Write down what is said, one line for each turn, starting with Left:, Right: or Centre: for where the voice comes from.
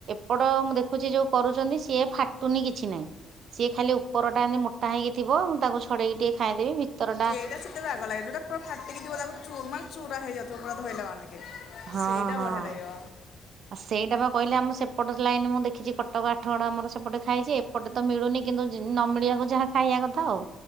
Right: ଏପଟ ମୁଁ ଦେଖୁଛି ଯୋଉ କରୁଚନ୍ତି ସିଏ ଫାଟୁନି କିଛି ନାହିଁ। ସିଏ ଖାଲି ଉପରଟା ଏମତି ମୋଟା ହେଇକି ଥିବ ମୁଁ ତାକୁ ଛଡେଇକି ଟିକେ ଖାଇଦେବି ଭିତର ଟା।
Left: ଏଟା ସେତେ ବାଗ ଲାଗେ ଯେଉଟା ପୁରା ଫାଟିକି ଥିବ ତାକୁ ଚୁର ମାନେ ଚୁରା ହେଇ ଯାଉଥିବ ପୁରା ଧଇଲେ ମାନେ।
Right: ହଁ
Left: ସେଇଟା
Right: ହଁ।
Left: ବଢିଆ ଲାଗିବ।
Right: ଆଉ ସେଇଟା ବା କହିଲି ଆମର ସେପଟ ଲାଇନ ମୁଁ ଦେଖିଛି କଟକ ଆଠଗଡ ଆମର ସେପଟେ ଖାଇଛି ଏପଟେ ତ ମିଳୁନି କି କିନ୍ତୁ ଜିନ ନ ମିଳିବାକୁ ଯାହା ଖାଇଆ କଥା ଆଉ